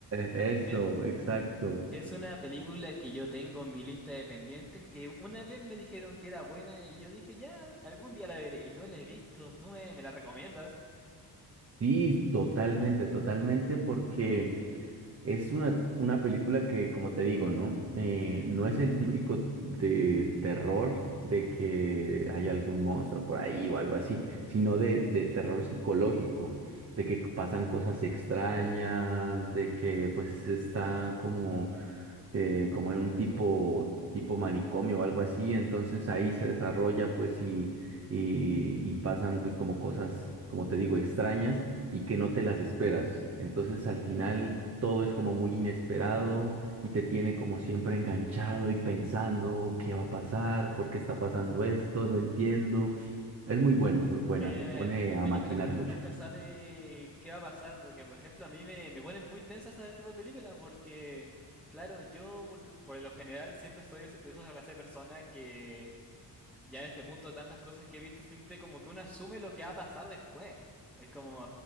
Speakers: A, on the right; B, in the centre.
A: Eso,
B: E-
A: exacto.
B: Es una película que yo tengo en mi lista de pendientes que una vez me dijeron que era buena y yo dije, ya, algún día la veré y no la he visto, tú me, me la recomiendas.
A: Sí, totalmente, totalmente, porque es una, una película que, como te digo, ¿no? Eh, no es el típico de terror de que hay algún monstruo por ahí o algo así, sino de, de terror psicológico, de que pasan cosas extrañas, de que pues está como eh, como en un tipo, tipo manicomio o algo así, entonces ahí se desarrolla pues y, y, y pasan pues como cosas, como te digo, extrañas y que no te las esperas. Entonces al final todo es como muy inesperado y te tiene como siempre enganchado y pensando qué va a pasar, por qué está pasando esto, no entiendo. Es muy buena, es muy buena,
B: Eh,
A: te pone
B: es de esas
A: a
B: películas
A: maquinar
B: que uno
A: mucho.
B: nunca sabe qué va a pasar, porque por ejemplo a mí me, me ponen muy tensas ese tipo de películas, porque claro, yo por, por lo general siempre soy de esa clase de persona que Ya en este punto, de tantas cosas que he visto, siempre como que uno asume lo que va a pasar después. Es como,